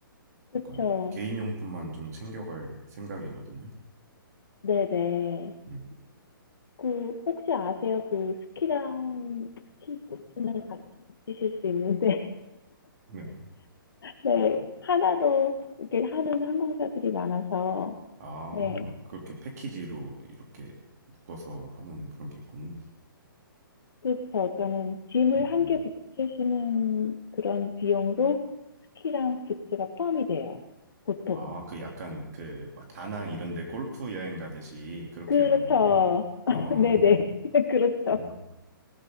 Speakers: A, on the left; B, on the right.
A: 그쵸.
B: 약간 개인용품만 좀 챙겨갈 생각이거든요.
A: 네네.
B: 음.
A: 그, 혹시 아세요? 그, 스키랑 스키 부츠는 같이 붙이실 수 있는데,
B: 네.
A: <laughs> 네, 하나로 이렇게 하는 항공사들이 많아서,
B: 아,
A: 네.
B: 그렇게 패키지로 이렇게 묶어서 하는 그런 게 있군요.
A: 그렇죠. 그러니까는 짐을
B: 음.
A: 한 개 붙이시는 그런 비용으로 스키랑 부츠가 포함이 돼요. 보통.
B: 아, 그 약간 그, 막 다낭 이런 데 골프 여행 가듯이 그렇게
A: 그렇죠.
B: 하는 거군요. 어.
A: <laughs> 네네. <laughs> 그렇죠.
B: 어,